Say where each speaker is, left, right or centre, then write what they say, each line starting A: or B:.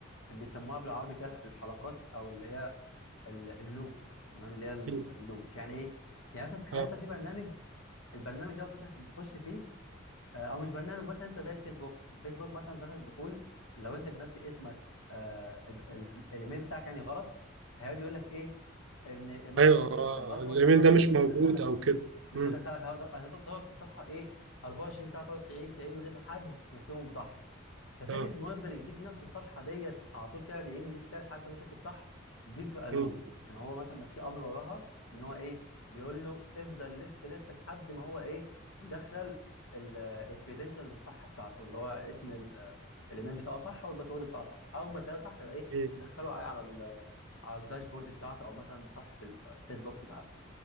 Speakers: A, on the left; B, on the right.
A: بيسموها بالعربي كده الحلقات او اللي هي اللوبس تمام اللي هي اللوبس
B: مم.
A: يعني ايه يعني مثلا تخيل
B: اه
A: انت في برنامج البرنامج ده بتخش عشان تخش فيه آه، او مش برنامج مثلا انت زي الفيسبوك الفيسبوك مثلا صفحه الدخول لو انت كتبت اسمك آه ال- ال- الايميل بتاعك يعني غلط هيقعد يقول لك ايه ان مثلا
B: ايوه
A: الباسورد
B: آه. آه. الايميل
A: او ده غلط
B: ده مش
A: فمش
B: موجود
A: هيدخلك
B: او كده
A: مش
B: مم.
A: هيدخلك هتقعد هتقعد- تقعد في الصفحه ايه 24 ساعه تقعد تعيد تعيد وتزيد لحد ما تكتبهم صح ففكره
B: اه
A: ان هو يفضل يديك نفس الصفحه ديت على طول كده يقعد يعيد ويزيد فيها لحد ما تكتب صح دي بتبقى لوم
B: مم.
A: يعني هو مثلا ما في امر وراها ان هو ايه بيقول له افضل لف لف لحد ما هو ايه يدخل الكريدنشال الصح بتاعته اللي هو اسم ال- الايميل بتاعه صح والباسورد بتاعه صح اول ما تلاقيه صح يبقى ايه
B: مم.
A: دخله على على ال- على الداشبورد بتاعته او مثلا صفحه الفيسبوك بتاعته